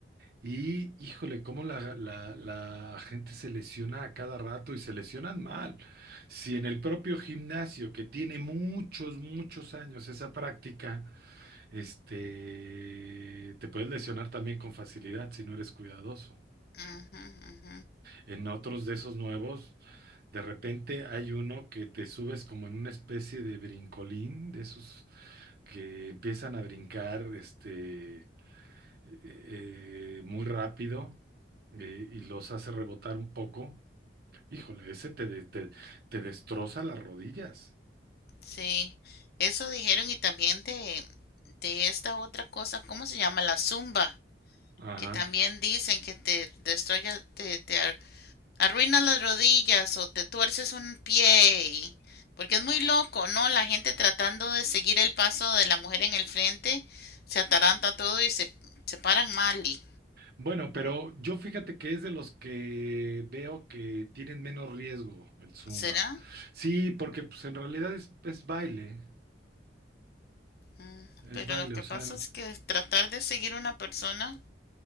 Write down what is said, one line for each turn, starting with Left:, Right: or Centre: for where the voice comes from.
Right: Y híjole, cómo la, la- la gente se lesiona a cada rato y se lesionan mal. Si en el propio gimnasio, que tiene muchos, muchos años esa práctica, este, te puedes lesionar también con facilidad si no eres cuidadoso.
Left: Ujú, ujú.
Right: En otros de esos nuevos, de repente hay uno que te subes como en una especie de brincolín, de esos que empiezan a brincar, este eh, eh, muy rápido eh, y los hace rebotar un poco, híjole, ese te, de- te, te destroza las rodillas.
Left: Sí, eso dijeron y también de, de esta otra cosa, ¿cómo se llama? La zumba,
Right: Ajá.
Left: que también dicen que te destruye, te, te ar- arruina las rodillas o te tuerces un pie, y- porque es muy loco, ¿no? La gente tratando de seguir el paso de la mujer en el frente, se ataranta todo y se, se paran mal, y-
Right: Bueno, pero yo fíjate que es de los que veo que tienen menos riesgo el zumba.
Left: ¿será?
Right: Sí, porque pues en realidad es, es baile,
Left: Mm,
Right: es
Left: Pero
Right: baile,
Left: lo que
Right: o sea,
Left: pasa es que tratar de seguir una persona